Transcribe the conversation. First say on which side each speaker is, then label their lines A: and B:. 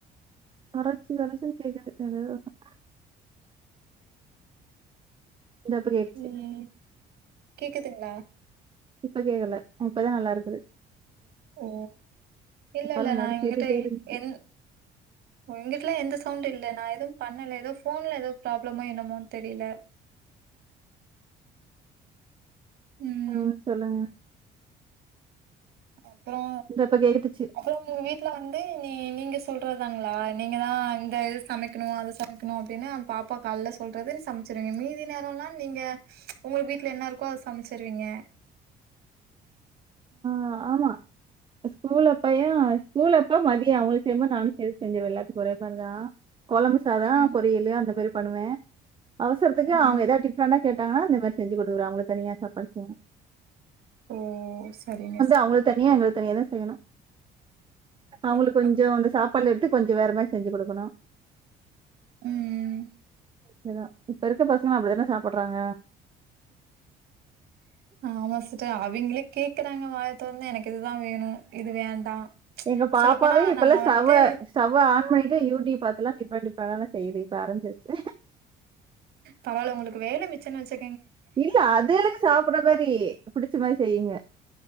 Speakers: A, on the right; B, on the right.
A: கரச்சி கரச்சின் கேக்குது எதோ ஒன்னு இந்தா இப்ப கேட்டுச்சு
B: இல்லயே கேக்குதுங்ளா
A: இப்ப கேக்கல இப்பதா நல்லாருக்குது
B: ஓ இல்லல்ல
A: அப்பல்லா எல்லாரு
B: நா இங்குட்டு
A: கேட்டுட்டே இருந்துச்சு
B: எந் ஓ இங்குட்லா எந்த சவு ண்டு இல்ல நா எதும் பண்ணல எதோ ஃபோன்ல எதோ ப்ராப்ளமோ என்னமோன் தெரில ம்
A: ஆஹ் சொல்லுங்க
B: அ ப்றோ
A: இந்தா இப்ப கேட்டுச்சு
B: அப்புறோ உங்க வீட்ல வந்து நீ நீங்க சொல்றதாங்களா நீங்கதா இந்த இது சமைக்கணு அது சமைக்கணு அப்டினு அந் பாப்பா கால்ல சொல்றது சமைச்சிருவீங்க மீதி நேரோல்லா நீங்க உங்கள்க் வீட்ல என்ன இருக்கோ அதை சமச்சிருவீங்க
A: அ ஆமா ஸ்கூலப்பையா ஸ்கூல் எ ப்போ மதியோ அவுங்குளுக் செய்யும்போ நானு சேத் செஞ்சிருவே எல்லாத்துக்கு ஒரே மார்தா கொழம்பு சாதோ
B: ம்
A: பொரியலு அந்த மாரி பண்ணுவே அவசரத்துக்கு
B: ம்
A: அவுங்க எதா டிப்ஃரண்டா கேட்டாங்கனா அந்த மாரி செஞ்சு குடுக்குற அவுங்களுக் தனியா சாப்பாடு செய்வே
B: ஓ சரிங்க ஸ்
A: அவங்களுக்கு தனியா எங்களுக் தனியாதா செய்யணு அவுங்குளுக்
B: ஆ
A: கொஞ்ஜோ
B: ஆ
A: அந்த சாப்பால்ல எடு த்து கொஞ்ஜோ வேற மாரி செஞ்சு குடுக்கணு
B: உம் ம்
A: <unintelligible> இப்ப இருக்க பசங்கலா அப்டிதான சாப்பட்றாங்க
B: ஆமா சர் து அவிங்களே கேக்குறாங்க வாய தொறந்து எனக்கு இதுதா வேணு இது வேண்டா
A: எங்க பாப்பாவே
B: சொல்லப்போனா
A: இப்பல்லா
B: நம்ம
A: ஸ்டவ்வ
B: வந்து
A: ஸ்டவ்வ ஆன் பண்ணிட்டு யூடியூப் பாத்தெல்லா டிஃப்ரண்ட் டிஃப் ரண்டாலா செய்யுது இப்ப ஆரம்பிச்சிருச்சு
B: பரவால உங்களுக்கு வேல மிச்சன் வெச்சு
A: இல்ல அது இல்ல சாப்பிட மாரி புடிச்ச மாரி செய்யுங்க